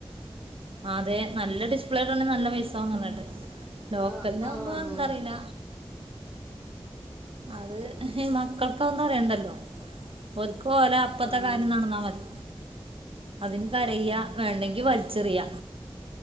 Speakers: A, on the right; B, on the left.
A: അതെ നല്ല ഡിസ്പ്ലേടെ ആണെ നല്ല പൈസയാവും പറഞ്ഞിട്ട് ലോക്കലിന്
B: ആഹ് ആഹ്
A: ആകുമ്പോ എന്താറിയില്ല അത് മക്കൾക്കൊന്നും അറിയണ്ടല്ലോ ഒർക്ക് ഒലേ അപ്പഴത്തെ
B: ആഹ്
A: കാര്യം നടന്നാൽ മതി അതിന് കരയ
B: ആഹ്
A: വേണ്ടെങ്കി വലിച്ചെറിയാ